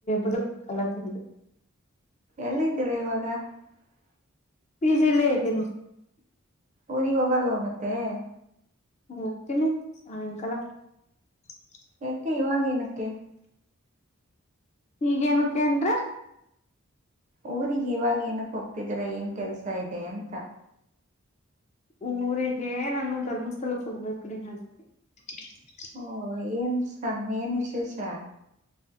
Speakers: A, on the left; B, on the right.
A: ಅದಲ್ಲ ತಿ <unintelligible>
B: ಎಲ್ಲಿ ಇದ್ದೀರಾ ಇವಾಗ <unintelligible>
A: ಪಿ ಜಿ ಲೆ ಇದೀನಿ <unintelligible>
B: ಊರಿಗೆ ಹೋಗಲ್ವಾ ಮತ್ತೆ <unintelligible>
A: ಹೋಗ್ತೀನಿ ಸಾಯಂಕಾಲ <unintelligible>
B: ಯಾಕೆ ಇವಾಗ ಏನಕ್ಕೆೆ
A: ಈಗೇನುಕ್ಕೆ ಅಂದ್ರೆ <unintelligible>
B: ಊರಿಗೆ ಇವಾಗ ಏನಿಕ್ ಹೋಗ್ತಿದೀರ ಏನ್ ಕೆಲ್ಸ ಇದೆ ಅಂತ <unintelligible>
A: ಊರಿಗೆ ನಾನು ಧರ್ಮಸ್ಥಳಕ್ಕೆ ಹೋಗ್ಬೇಕ್ರಿ ಹೆ <unintelligible>
B: ಓ ಏನ್ ಏನ್ ವಿಶೇಷ <unintelligible>